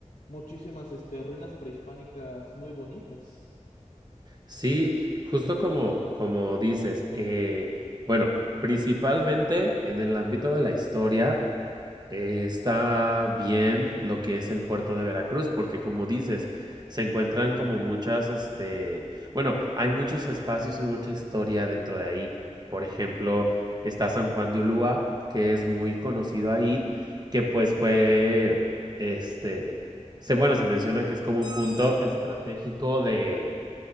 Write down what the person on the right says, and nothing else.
Sí, justo como, como dices, eh, bueno, principalmente en el ámbito de la historia eh, está bien lo que es el puerto de Veracruz, porque como dices, se encuentran como muchas, este, bueno, hay muchos espacios y mucha historia dentro de ahí. Por ejemplo, está San Juan de Ulúa, que es muy conocido ahí, que pues fue, este, se, bueno, se menciona que es como un punto estratégico de